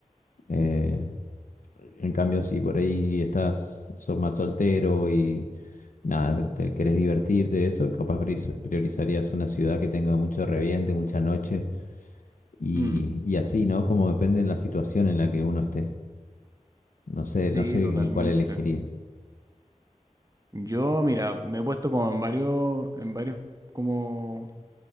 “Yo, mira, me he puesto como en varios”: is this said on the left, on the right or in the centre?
Right